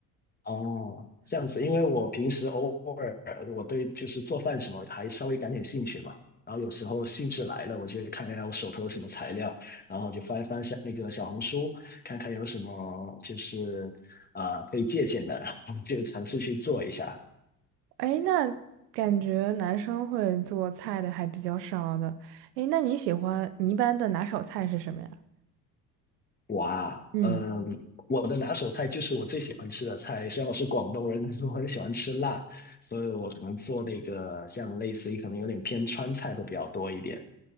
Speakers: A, on the left; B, on the right.
A: 哦，这样子，因为我平时偶尔我对就是做饭什么还稍微感点兴趣嘛，然后有时候兴致来了，我就会看看我手头有什么材料，然后我就翻一翻下那个小红书，看看有什么就是啊、可以借鉴的，然后就尝试去做一下。
B: 哎，那感觉男生会做菜的还比较少的。哎，那你喜欢你一般的拿手菜是什么呀？
A: 我啊，
B: 嗯。
A: 嗯，我的拿手菜就是我最喜欢吃的菜。虽然我是广东人，但是我很喜欢吃辣，所以我可能做那个像类似于可能有点偏川菜会比较多一点。